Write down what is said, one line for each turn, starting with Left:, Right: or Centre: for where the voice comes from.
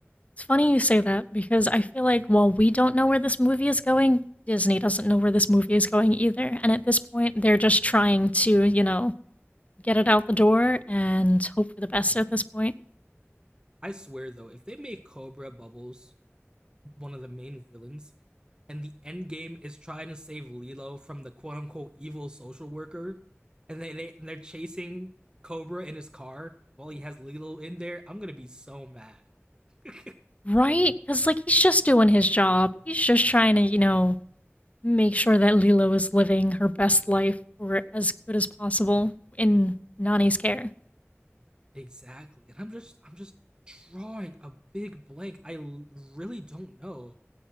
Left: it's funny you say that because I feel like while we don't know where this movie is going, Disney doesn't know where this movie is going either. And at this point, they're just trying to, you know, get it out the door and hope for the best at this point.
Right: I swear though, if they make Cobra Bubbles one of the main villains and the end game is trying to save Lilo from the quote unquote evil social worker and they, they and they're chasing Cobra in his car while he has Lilo in there, I'm gonna be so mad. <laughs>
Left: Right? Because, like, he's just doing his job. He's just trying to, you know, Make sure that Lilo is living her best life or as good as possible in Nani's care.
Right: Exactly. And I'm just I'm just drawing a big blank. I l- really don't know